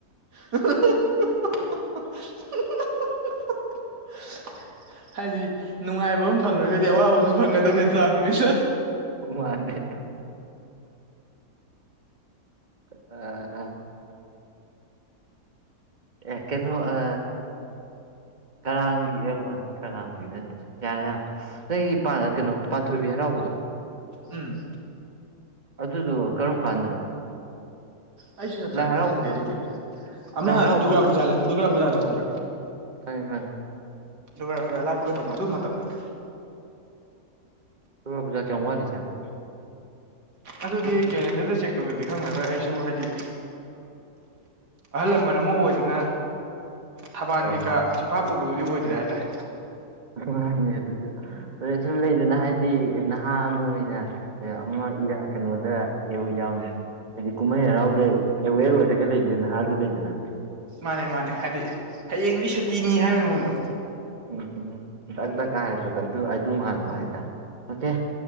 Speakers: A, on the right (about 85°); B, on the right (about 30°).
A: <unintelligible> ꯍꯥꯏꯖꯤ <unintelligible> ꯅꯨꯡꯉꯥꯏꯕ ꯑꯃ ꯐꯪꯈ꯭ꯔꯒꯗꯤ ꯑꯋꯥꯕ ꯑꯃꯁꯨ ꯐꯪꯒꯗꯕꯅꯤ ꯂꯥꯛꯄꯅꯤꯁꯨ
B: ꯃꯥꯗꯦ ꯑ ꯑ ꯌꯥꯀꯦꯅꯣ ꯑ ꯀꯔꯥꯡꯒꯤ ꯑꯃ ꯀꯔꯥꯡꯒꯤ ꯅꯠꯇ ꯀꯌꯥ ꯅꯣꯏ ꯀꯩꯅꯣ ꯄꯥꯟꯊꯣꯏꯕꯤ ꯍꯔꯥꯎꯕꯗꯣ
A: ꯎꯝ
B: ꯑꯗꯨꯗꯨ ꯀꯔꯝ ꯀꯥꯟꯗꯅꯣ
A: ꯑꯩꯁꯨ ꯆꯞ
B: ꯂꯥꯏ
A: ꯆꯥꯕꯤꯗꯤ
B: ꯍꯔꯥꯎꯕ
A: ꯈꯪꯗꯦ ꯑꯗꯨꯒꯤꯗꯤ ꯑꯃ
B: ꯂꯥꯏ ꯍꯔꯥꯎꯕ
A: ꯗꯨꯔꯒꯥ ꯄꯨꯖꯥ ꯗꯨꯔꯒꯥ ꯄꯨꯖꯥꯗꯣ ꯈꯪꯕ꯭ꯔꯥ
B: ꯊꯪ ꯐꯥꯏ
A: ꯗꯨꯔꯒꯥ ꯄꯨꯖꯥ ꯂꯥꯞꯄꯒ ꯇꯧꯕꯣ ꯑꯗꯨ ꯃꯇꯝꯗꯅꯦ
B: ꯊꯖꯥ ꯀꯌꯥ ꯋꯥ ꯋꯥꯔꯤꯂꯤ ꯆꯥꯟꯅ
A: ꯑꯗꯨꯗꯤ ꯀꯦꯂꯦꯟꯗꯔꯗ ꯆꯦꯛ ꯇꯧꯗꯗꯤ ꯈꯪꯉꯒ ꯑꯩꯁꯨ ꯍꯥꯏꯗꯤ ꯑꯍꯜ ꯂꯃꯟ ꯑꯃ ꯑꯣꯏꯗꯅ ꯊꯕꯥꯜ
B: ꯑꯣ
A: ꯀꯩꯀꯥ
B: ꯃꯥꯅꯦ
A: ꯆꯝꯐꯥ ꯄꯨꯕꯗꯨꯗꯤ ꯑꯣꯏꯗ꯭ꯔꯦ ꯍꯥꯏꯇꯥꯔꯦ
B: ꯃꯥꯅꯦ ꯑꯗꯨꯗ ꯑꯗꯩ ꯁꯨꯝ ꯂꯩꯗꯅ ꯍꯥꯏꯗꯤ ꯅꯍꯥ ꯑꯃ ꯑꯣꯏꯅ ꯑꯃ ꯀꯩꯅꯣꯗ ꯌꯥꯝ ꯍꯥꯏꯗꯤ ꯀꯨꯝꯍꯩ ꯍꯔꯥꯎꯗ ꯑꯦꯋꯦꯔ ꯑꯣꯏꯔꯒ ꯂꯩꯕ ꯅꯍꯥꯁꯨ ꯂꯩꯗꯅ
A: ꯃꯥꯅꯦ ꯃꯥꯅꯦ ꯍꯥꯏꯗꯤ ꯍꯌꯦꯡꯗꯤ ꯁꯨꯇꯤꯅꯤ ꯍꯥꯏꯕ ꯃꯑꯣꯡꯗꯣ
B: ꯎꯝ ꯎꯝ ꯎꯝꯗꯗꯛꯀꯥꯏ ꯍꯥꯏꯔꯛꯄꯗꯣ ꯑꯗꯨ ꯑꯗꯨꯝ ꯍꯥꯜꯂꯨ
A: ꯎꯝ
B: ꯍꯥꯏꯇꯥꯔꯦ ꯑꯣꯀꯦ